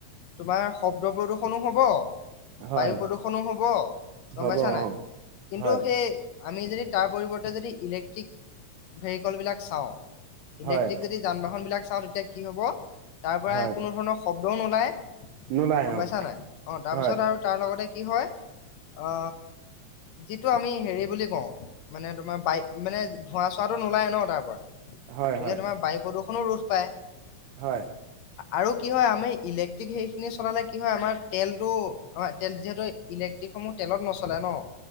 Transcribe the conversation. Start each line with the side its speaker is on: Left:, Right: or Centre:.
Left: তোমাৰ শব্দ প্ৰদূষনো হব
Right: হয়
Left: বায়ু প্ৰদূষণো হব,
Right: হ'ব
Left: গম পাইছা নাই
Right: অ
Left: কিন্তু
Right: হয়
Left: সেই আমি যদি তাৰ পৰিৱৰ্তে যদি ইলেক্ট্ৰিক ভেহিকল বিলাক চাওঁ ইলেক্ট্ৰিক
Right: হয়
Left: যদি যান বাহন বিলাক চাওঁ তেতিয়া কি হ'ব তাৰ পৰা
Right: হয়
Left: কোনো ধৰণৰ শব্দও নোলায়
Right: নোলায়
Left: গম
Right: অ
Left: পাইছা নাই অ তাৰপিছত
Right: হয়
Left: আৰু তাৰ লগতে কি হয় আ যিটো আমি হেৰি বুলি কওঁ মানে তোমাৰ বাই মানে ধোঁৱা চোৱাটো নোলায় ন তাৰ পৰা গতিকে
Right: হয় হয়
Left: তোমাৰ বায়ু প্ৰদূষণো ৰোধ পায়।
Right: হয়।
Left: আৰু কি হয় আমি ইলেক্ট্ৰিক সেইখিনি চলালে কি হয় আমাৰ তেলতটো হয় তেল যিহেতু ইলেক ট্ৰিকসমূহ তেলত নচলে ন।